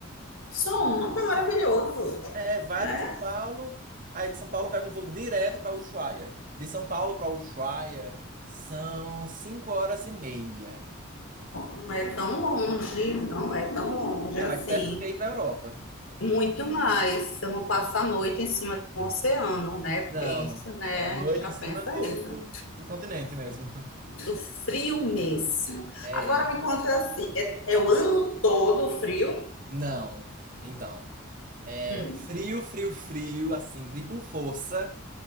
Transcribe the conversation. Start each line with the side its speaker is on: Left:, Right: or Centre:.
Left: Som é maravilhoso,
Right: É, vai
Left: né?
Right: pra São Paulo, aí de São Paulo pega um voo direto pra Ushuaia. De São Paulo pra Ushuaia são cinco horas e meia.
Left: Não é tão longe, não é tão longe
Right: É
Left: assim.
Right: mais perto do que ir pra Europa.
Left: Muito mais, você não passa a noite em cima de um oceano, né? Porque
Right: Não,
Left: isso, né?
Right: é a noite
Left: A gente já
Right: em
Left: pensa
Right: cima do,
Left: isso,
Right: do continente mesmo.
Left: do frio mesmo.
Right: É,
Left: Agora me conta assim, é, é o ano todo frio?
Right: não. Então. É,
Left: Hum,
Right: frio, frio, frio, assim, de com força,